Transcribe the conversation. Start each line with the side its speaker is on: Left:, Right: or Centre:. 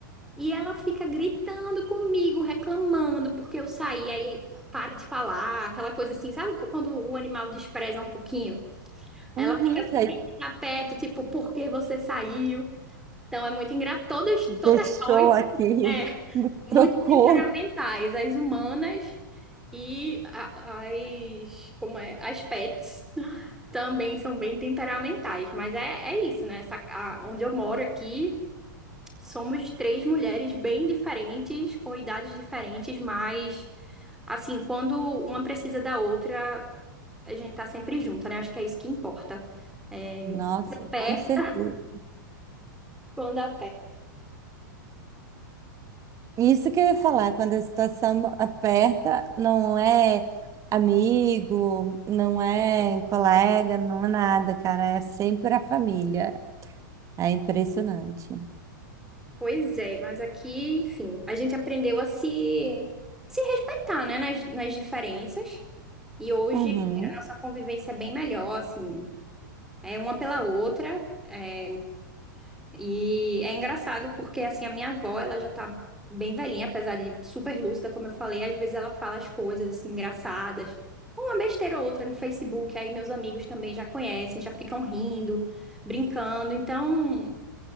Centre: e ela fica gritando comigo, reclamando, porque eu saí, aí para de falar, aquela coisa assim, sabe? Quando o animal despreza um pouquinho, ela
Right: Uhum,
Centre: fica assim,
Right: já
Centre: quem tá perto, tipo, por que você saiu? Então é muito engraçado, todas,
Right: deixou
Centre: todas nós,
Right: aqui,
Centre: é,
Right: <laughs> trocou.
Centre: muito temperamentais, as humanas e a- as, como é? As pets também são bem temperamentais, mas é, é isso, né? Essa, a- onde eu moro aqui, somos três mulheres bem diferentes, com idades diferentes, mas assim, quando uma precisa da outra, a gente tá sempre junto, né? Acho que é isso que importa. É,
Right: Nossa,
Centre: perto,
Right: com certeza.
Centre: quando a
Right: Isso que eu ia falar, quando a situação aperta, não é amigo, não é colega, não é nada, cara, é sempre a família. É impressionante.
Centre: Pois é, mas aqui, enfim, a gente aprendeu a se, se respeitar, né? Nas, nas diferenças. E hoje
Right: Uhum.
Centre: a nossa convivência é bem melhor, assim, é uma pela outra. é, e é engraçado porque, assim, a minha avó, ela já tá bem velhinha, apesar de super lúcida, como eu falei, às vezes ela fala as coisas, assim, engraçadas. Uma besteira ou outra no Facebook, aí meus amigos também já conhecem, já ficam rindo, brincando. Então,